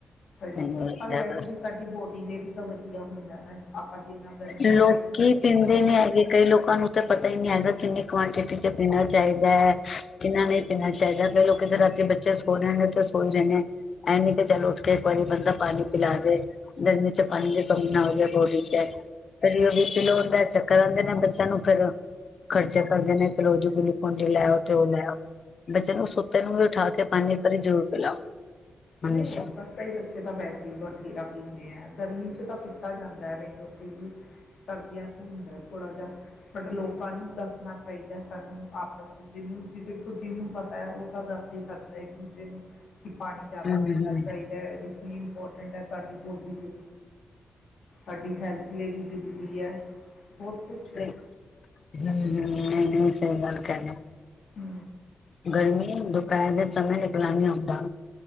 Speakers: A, on the left; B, on the left.
A: ਸਹੀ,
B: ਮੈਨੂੰ ਲੱਗਦਾ
A: ਪਰ ਵੈਸੇ
B: ਬਸ
A: ਵੀ ਸਾਡੀ ਬੋਡੀ ਤੇ ਵੀ ਤਾਂ ਵਧੀਆ ਹੁੰਦਾ ਨਾ। ਜਿੰਨਾ ਗਰਮੀਆਂ
B: ਲੋਕੀ
A: 'ਚ
B: ਪੀਂਦੇ
A: ਹਾਂ।
B: ਨੀ ਹੈਗੇ ਕਈ ਲੋਕਾਂ ਨੂੰ ਤਾਂ ਪਤਾ ਹੀ ਨਹੀਂ ਹੈਗਾ ਕਿੰਨੇ ਕੁਆਂਟਿਟੀ ਚ ਪੀਣਾ ਚਾਹੀਦਾ, ਕਿੰਨਾ ਨਹੀਂ ਪੀਣਾ ਚਾਹੀਦਾ ਕਈ ਲੋਕੀ ਤਾਂ ਰਾਤੀ ਬੱਚੇ ਸੋ ਰਹੇਦੇ ਤੇ ਸੋ ਹੀ ਰਹੇਦੇ ਇਹ ਨੀ ਕਿ ਚੱਲ ਉੱਠ ਕੇ ਇੱਕ ਵਾਰੀ ਬੰਦਾ ਪਾਣੀ ਪਿਲਾ ਦੇ ਗਰਮੀ ਚ ਪਾਣੀ ਦੀ ਕਮੀ ਨਾ ਹੋਵੇ ਬੋਡੀ ਚ। <unintelligible> ਫਿਰ ਜਦੋਂ ਬੀ ਪੀ ਲੋ ਹੁੰਦਾ ਚੱਕਰ ਆਂਦੇ ਨੇ ਬੱਚਿਆਂ ਨੂੰ ਫਿਰ ਖਰਚੇ ਕਰਦੇ ਨੇ ਕਿ ਲਓ ਜੀ ਗਲੂਕੋਨ ਡੀ ਲੈ ਆਓ ਤੇ ਉਹ ਲੈ ਆਓ, ਬੱਚੇ ਨੂੰ ਸੁੱਤੇ ਨੂੰ ਵੀ ਉਠਾ ਕੇ ਪਾਣੀ ਇੱਕ ਵਾਰੀ ਜ਼ਰੂਰ ਪਿਲਾਓ। ਹਮੇਸ਼ਾ
A: ਨਹੀਂ ਹੋ ਸਕਦਾ ਈ ਬੱਚੇ ਤਾਂ ਵੈਸੇ ਹੀ ਬਥੇਰਾ ਪੀਂਨੇ ਆ ਗਰਮੀ ਚ ਤਾਂ ਕੀਤਾ ਜਾਂਦਾ ਹੈ ਕਿਉਕ ਸਰਦੀਆਂ ਚ ਹੁੰਦਾ ਥੋੜਾ ਜਿ ਬਟ ਲੋਕਾਂ ਨੂੰ ਦੱਸਣਾ ਚਾਹੀਦਾ ਸਾਨੂੰ ਆਪਸ ਚ ਜਿਹਨੂੰ ਦੇਖੋ ਜਿਹਨੂੰ ਪਤਾ ਹੈ ਉਹ ਤਾਂ ਦੱਸ ਹੀ ਸਕਦਾ ਇੱਕ ਦੂਜੇ ਨੂੰ ਕਿ ਪਾਣੀ ਜ਼ਿਆਦਾ
B: ਹਮ
A: ਪੀਣਾ
B: ਹਮ
A: ਚਾਹੀਦਾ <unintelligible> ਕੀ ਇੰਪੋਰਟੈਂਟ ਹੈ ਸਾਡੀ ਬੋਡੀ ਲਈ, ਸਾਡੀ ਹੈਲਥ ਲਈ ਵੀ ਜ਼ਰੂਰੀ ਐ, ਬਹੁਤ ਕੁਛ ਐ।
B: ਹਮ ਹਮ ਨਹੀਂ <unintelligible>
A: ਹੂ
B: ਗਰਮੀ ਦੁਪਹਿਰ ਦੇ ਸਮੇਂ ਨਿਕਲਣ ਨਹੀਂ ਹੋਦਾ।